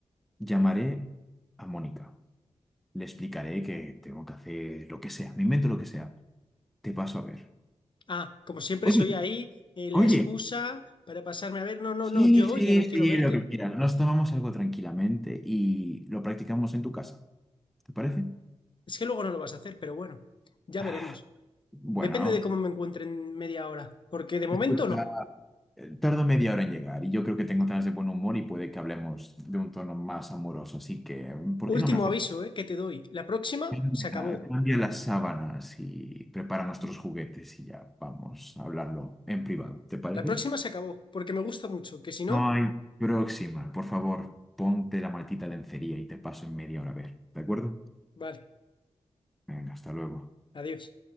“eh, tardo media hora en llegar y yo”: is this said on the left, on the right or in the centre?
Centre